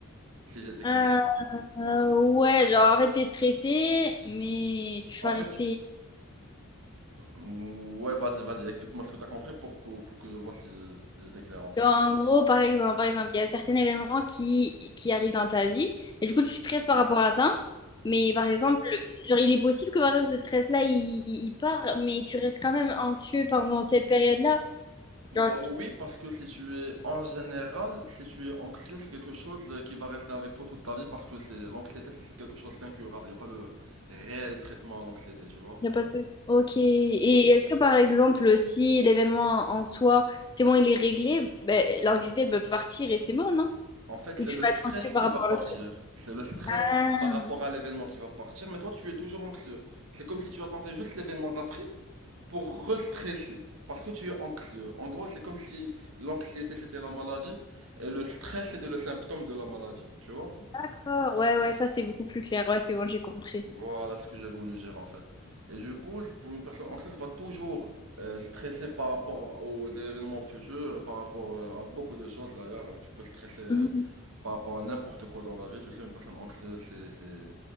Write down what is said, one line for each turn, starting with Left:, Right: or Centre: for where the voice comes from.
Right: si j'étais
Left: Euh,
Right: clair.
Left: euh, ouais, genre en fait, t'es stressé, mais tu
Right: En
Left: vas
Right: fait,
Left: rester
Right: tu- ouais, vas-y, vas-y, explique-moi ce que t'as compris pour que, pour que je vois si j'étais clair, en fait.
Left: En gros, par exemple, par exemple, il y a certains événements qui, qui arrivent dans ta vie et du coup, tu stresses par rapport à ça. Mais par exemple, genre, il est possible que par exemple, ce stress-là, il, il part, mais tu restes quand même anxieux pendant cette période-là.
Right: Bah
Left: Genre,
Right: oui, parce que si tu es, en général, si tu es anxieux, c'est quelque chose euh, qui va rester avec toi toute ta vie, parce que c'est, l'anxiété, c'est quelque chose d'incurable. Il n'y a pas de réel traitement à l'anxiété, tu vois.
Left: il n'y a pas de souci. Ok. Et est-ce que par exemple, si l'événement en soi, c'est bon, il est réglé, ben, l'anxiété, elle peut partir et c'est bon, non?
Right: En fait, c'est
Left: Ou tu
Right: le stress
Left: vas être anxieux par
Right: qui
Left: rapport
Right: va partir.
Left: à l'autre truc?
Right: C'est le stress
Left: Ah,
Right: par rapport à l'événement qui va partir. Mais toi, tu es toujours anxieux. C'est comme si tu attendais juste l'événement d'après pour restresser. Parce que tu es anxieux. En gros, c'est comme si l'anxiété c'était la maladie et le stress c'était le symptôme de la maladie. Tu vois?
Left: d'accord. Ouais, ouais, ça, c'est beaucoup plus clair. Ouais, c'est bon, j'ai compris.
Right: Voilà ce que j'ai voulu dire en fait. Et du coup, pour une personne anxieuse, va toujours euh, stresser par rapport aux événements futurs et par rapport euh, à beaucoup de choses d'ailleurs. Tu peux stresser euh,
Left: Mhm.
Right: par rapport à n'importe quoi dans la vie. Je sais, une personne anxieuse, c'est, c'est,